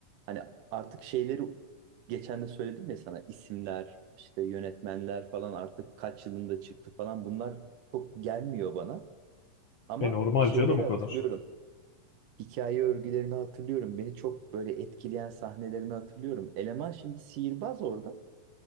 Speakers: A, on the right (about 75°); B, on the left (about 60°).
A: hani artık şeyleri geçen de söyledim ya sana isimler, işte yönetmenler falan artık kaç yılında çıktı falan bunlar çok gelmiyor bana. Ama
B: E normal
A: şeyleri
B: canım o
A: hatırlıyorum.
B: kadar.
A: Hikaye örgülerini hatırlıyorum. Beni çok böyle etkileyen sahnelerini hatırlıyorum. Eleman şimdi sihirbaz orada.